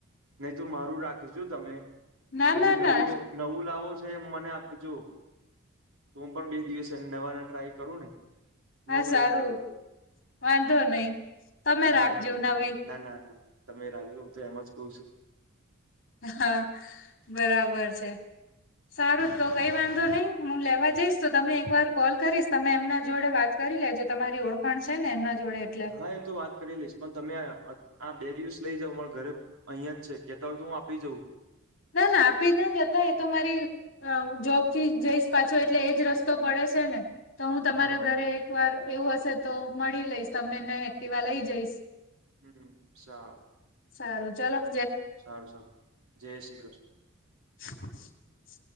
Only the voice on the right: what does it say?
નહી તો મારું રાખીશું તમે
જે નવું
નવું લાવો છ મને આપજ તો હું પણ બે દિવસ નવા ના ટ્રાય કરું ને નવું
લઈન કરું
ના
ના
ના ના તમે રાખજો હું તો એમ જ કઉ છું
હા એ તો વાત કરી લઈશ પણ તમે આ બે દિવસ લઇ જાઉ મારા ઘરે અહિયાં જ છે કેતા હોય તો હું આપી જઉં
હા
હમ સા
સારું સારું જય શ્રી કૃષ્ણ